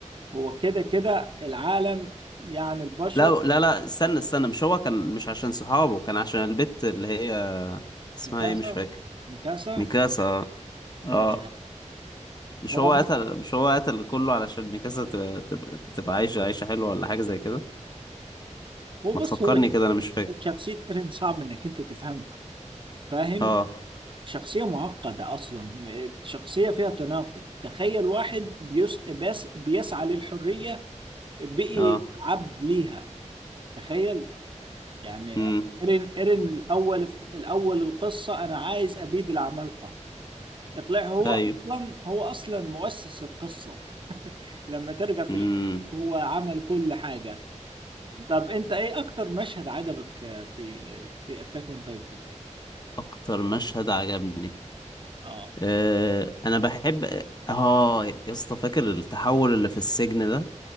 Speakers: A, on the right; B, on the left.
A: هو كده كده العالم يعني البشر
B: لا لا لا استنى استنى مش هو كان مش عشان صحابه كان عشان البت اللي هي اسمها
A: ميكاسا
B: ايه مش فاكر
A: ميكاسا
B: ميكاسا
A: لا
B: اه
A: لا
B: مش
A: هو
B: هو قتل مش هو قتل كله علشان ميكاسا تبقى تبقى, تبقى عايشة عيشة حلوة ولا حاجة زي كده
A: هو
B: ما
A: بص
B: تفكرني
A: هو
B: كده انا مش فاكر
A: شخصية ايرين صعب انك انت تفهمها فاهم
B: اه
A: شخصية معقدة اصلا شخصية فيها تناقض تخيل واحد بيس بس بيسعى للحرية بقي
B: اه
A: عبد ليها تخيل يعني
B: امم
A: ايرين ايرين الاول الاول القصة انا عايز ابيد العمالقة اطلع هو
B: ايوه
A: اصلا هو اصلا مؤسس القصة لما ترجع في
B: امم
A: الاخر هو عمل كل حاجة طب انت ايه اكتر مشهد عجبك في في اتاك اون تايتن
B: اكتر مشهد عجبني
A: اه
B: آه انا بحب اه يا اسطى فاكر التحول اللي في السجن ده